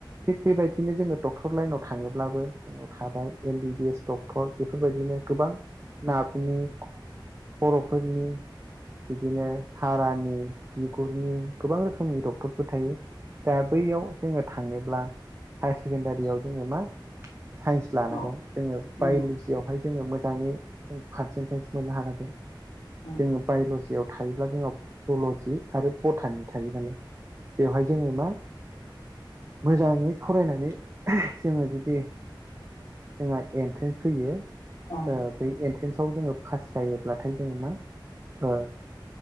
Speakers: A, on the right (about 30°); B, on the left (about 70°).
A: थिग बेबायदिनो जोङो डक्टर लाइनाव थाङोब्लाबो थाबाय M B B S doctor बेफोरबायदिनो गोबां नारफोरनि बर'फोरनि बिदिनो हारानि बिगुरनि गोबां रोखोमनि डक्टरफोर थायो। दा बैयाव जोङो थांनोब्ला हायार सेकेणडारियाव जोङो मा साइन्स लानांगोन
B: औ
A: जोङो
B: नंगौ
A: बाय'लजि हाय जोङो मोजाङै पारसेटेज मोननो हांगोन
B: औ
A: जोङो बायल'जियाव थायोब्ला जोंङो जल'जि आरो भटानि थायो नालाय बेवहाय जोङो मा मोजाङै फरायनानै जोङो जुदि जोंहा एन्ट्रेन्स फैयो ओ
B: औ
A: बै एन्ट्रेन्सआव जोङो पास जायोब्लाथाय जोङो मा ओ